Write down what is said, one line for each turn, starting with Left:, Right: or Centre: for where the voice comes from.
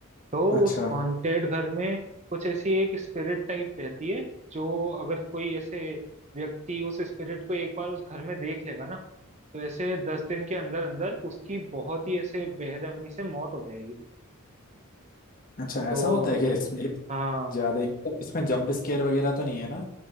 Right: तो
Left: अच्छा
Right: उस हॉन्टेड घर में कुछ ऐसी एक स्पिरिट टाइप रहती है जो अगर कोई ऐसे व्यक्ति उस स्पिरिट को एक बार उस घर में देख लेगा ना तो ऐसे दस दिन के अंदर अंदर उसकी बहुत ही ऐसे बेरहमी से मौत हो जाएगी
Left: अच्छा
Right: तो
Left: ऐसा होता है क्या इसमें
Right: हाँ
Left: ज्यादा ही मतलब इसमें जंप स्केयर वगैरह तो नहीं है ना